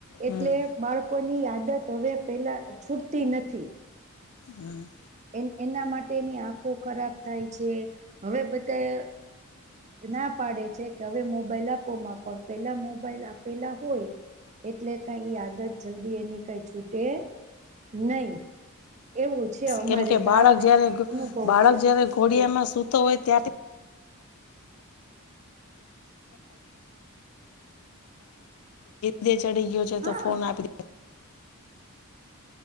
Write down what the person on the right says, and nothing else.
એટલે બાળકોની આદત હવે પેલા છૂટતી નથી.
એ એના માટેની આંખો ખરાબ થાય છે, હવે બધા ના પાડે છે કે હવે મોબાઈલ આપોમાં પણ પેલા મોબાઈલ આપેલા હોય. એટલે કઈ આદત જલ્દી એની કઈ છૂટે નહી. એવું છે અમારે
તો
આ
અનુભવ
છે
એ
હા